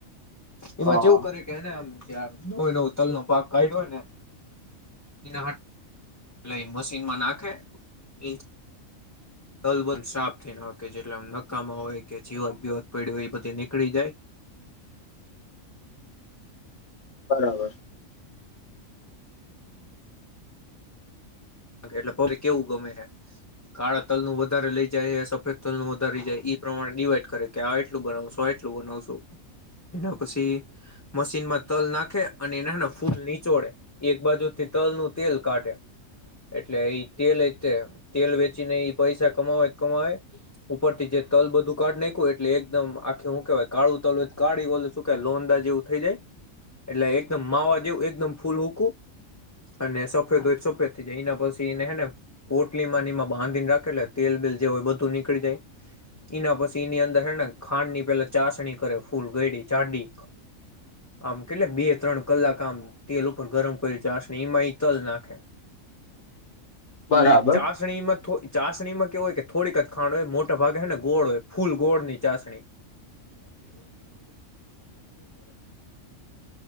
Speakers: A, on the left; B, on the left.
A: એમાં
B: હા
A: કેવું કરે કે હને આમ છેમ નવય નવ તલ નો ભાગ કા્યો હોય ને એના એટલે એ મશીનમાં નાખે એ તલબંધ સાફ થઈ નાખ જેટલા નકામા હોય કે જીવાત બીવત પડી હોય એ બધી નીકળી જાય,
B: બરાબર
A: એટલે કેવું ગમે કાળા તલ નું વધારે લઈ જાય સફેદ તલ નું વધારે લઈ જાય, એ પ્રમાણે ડિવાઈડ કરે કે આ એટલું બનાવશો આ એટલું બનાવશું એના પછી મશીનમાં તલ નાખે અને એના ફૂલ નીચોડે એક બાજુથી તલનું તેલ કાઢે એટલે એ તેલ એ તેલ વેચીને એ પૈસા કમાવે કમાવે ઉપરથી જે તલ બધું કાઢ નાકું એટલે એકદમ આખી હું કવાય કાળું તલ હોય કાળી સુકાય લોંદા જેવું થઈ જાય એટલે એકદમ માવા જેવું એકદમ ફૂલ હૂકું અને સફેદ હોય સફેદ થઈ જાય એના પછી એનેેને પોટલી માં એમાં બાંધીને રાખે એટલે તેલ બેલ જેું હોય, બધું નીકળી જાય એના પછી એની અંદર હેને ખાંડ ની પેલા ચાસણી કરે ફૂલ ગડી ચાડી આમ કેટલે બે ત્રણ કલાક આમ તેલ ઉપર ગરમ કરે ચાસણી એમાં ઈ તલ નાખે
B: બરાબર
A: એ ચાસણીમાં ચાસણીમાં હોય કે થોડીક જ ખાંડ હોય મોટા ભાગે હેને ગોળ હોય ફૂલ ગોળની ચાસણી.